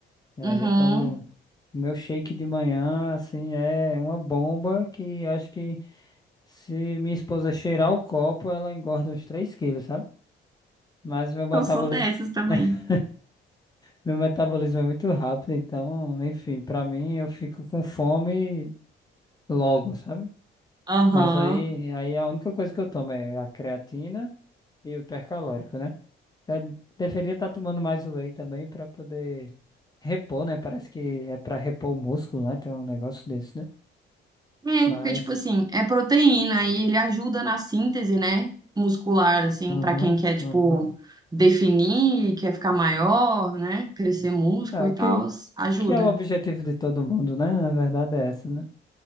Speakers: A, on the left (about 20°); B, on the right (about 20°).
A: E aí
B: Uhum.
A: eu tomo meu shake de manhã, assim, é uma bomba que acho que se minha esposa cheirar o copo, ela engorda uns 3 quilos, sabe? Mas meu metabolismo,
B: Eu sou dessas também.
A: <laughs> meu metabolismo é muito rápido, então, enfim, pra mim eu fico com fome logo, sabe?
B: Aham.
A: Mas aí, aí a única coisa que eu tomo é a creatina e o hipercalórico, né? Eu deveria estar tomando mais whey também pra poder repor, né? Parece que é pra repor o músculo, né? Tem um negócio desse, né?
B: É,
A: Mas,
B: porque, tipo assim, é proteína e ele ajuda na síntese, né, muscular, assim,
A: uhum,
B: pra quem quer, tipo,
A: uhum.
B: definir, quer ficar maior, né, crescer músculo
A: É,
B: e
A: o
B: tal,
A: que,
B: ajuda.
A: que é o objetivo de todo mundo, né? A verdade é essa, né?